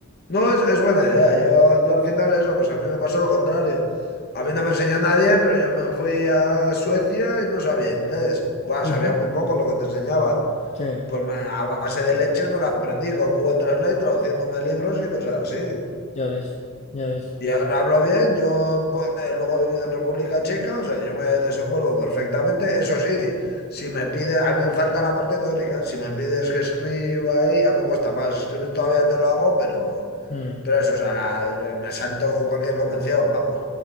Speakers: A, on the left; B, on the left.
A: No, es, es buena idea. Yo, yo al final eso, pues a mí me pasó lo contrario. A mí no me enseñó nadie, pero yo me fui a Suecia y no sabía inglés. Buah,
B: Ujú,
A: sabía muy poco lo que te enseñaban.
B: Sí,
A: Pues me- a base de leches me lo aprendí con Google Translate, traduciéndome libros y cosas así.
B: ya ves, ya ves.
A: Y ahora hablo bien, yo pues, luego he vivido en República Checa, o sea, yo me desenvuelvo perfectamente. Eso sí, si me pide, a mí me falta la parte teórica, si me pides que escriba ahí ya me cuesta más. Escribir todavía te lo hago, pero...
B: Mm.
A: Pero eso, o sea, la- me salto cualquier convención, vamos.